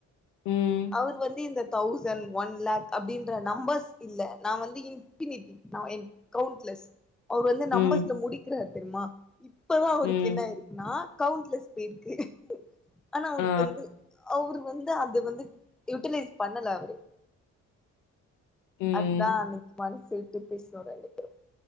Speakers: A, on the left; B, in the centre.
A: ம்,
B: அவரு வந்து இந்த தௌசண்ட் ஒன் லேக் அப்டின்ற நம்பர்ஸ் இல்ல நா வந்து இன்ஃபினிட்டி நா எ கவுண்ட்லெஸ் அவரு வந்து நம்பர்ஸ்ல
A: ம்,
B: முடிக்கிறாரு தெரிமா இப்பதா அவருக்கு
A: ம்.
B: என்னாயிருக்குன்னா கவுன்ட்லஸ் போயிருக்கு ஆனா அவுருக்கு
A: ஆ.
B: வந்து அவுரு இப்ப வந்து அது வந்து யுட்டிலைஸ் பண்ணல அவரு
A: ம்.
B: அதா அன்னைக்கு மனச விட்டு பேசனோ ரெண்டு பேரு